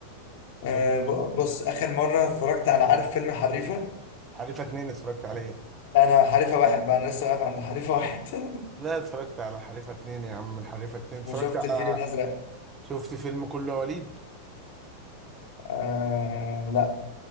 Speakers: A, on the left; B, on the right.
A: آه
B: من
A: ب- بص اخر مره اتفرجت على عارف فيلم الحريفه
B: حريفة اتنين اتفرجت عليه
A: لا انا حريفه واحد بقى انا لسه واقف عند حريفه واحد <laughs>
B: لا اتفرجت على حريفة اتنين يا عم الحريفة اتنين اتفرجت
A: وشفت
B: على
A: الفيل الازرق
B: شفت فيلم كله يا وليد
A: آه لا